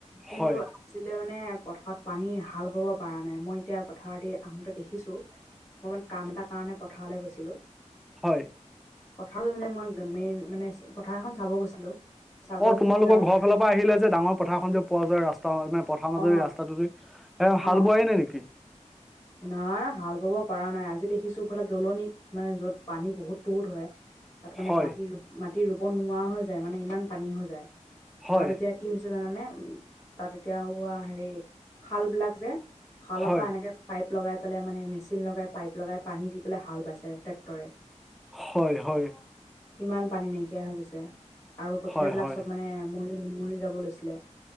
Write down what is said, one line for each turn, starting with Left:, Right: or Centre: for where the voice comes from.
Left: কিন্তু
Centre: হয়
Left: আজিলে মানে পথাৰত পানী হাল বাৱ পৰা নাই, মই এতিয়া পথাৰ দি আহোতে দেখিছো, মই মানে কাম এটা কাৰণে পথাৰলে গৈছিলো।
Centre: হয়।
Left: পথাৰটো মানে মই মেইন, মানে পথাৰ এখন চাব গৈছিলো। চাব
Centre: অ, তোমালোকৰ
Left: যাওঁ
Centre: ঘৰ ফালৰ পৰা আহিলে যে ডাঙৰ পথাৰখন যে পোৱা যায় ৰাস্তা নে পথাৰ মাজদি
Left: অঁ
Centre: ৰাস্তাটোদি। এ হাল
Left: অঁ
Centre: বোৱাই নাই নেকি?
Left: নাই হাল বাব পাৰা নাই, আজি দেখিছো ফালে দলনিত মানে যত পানী বহুত-বহুত হয়। তাত মানে
Centre: হয়
Left: মাটি-মাটি ৰুব নোৱাৰা হৈ যায় মানে ইমান পানী হৈ যায়।
Centre: হয়
Left: তাত এতিয়া কি হৈছে জানানে উম, তাত এতিয়া উৱা হেৰি খাল বিলাক যে হালৰ
Centre: হয়
Left: পৰা এনেকে পাইপ লগাই পেলাই মানে মেচিন লগাই পাইপ লগাই পানী দি পেলাই হাল বাইছে ট্ৰেক্টৰে।
Centre: হয়-হয়।
Left: ইমান পানী নাইকিয়া হৈ গৈছে আৰু কঠিয়
Centre: হয়
Left: বিলাক
Centre: হয়
Left: চব মানে মৰি-মৰি যাব লৈছিলে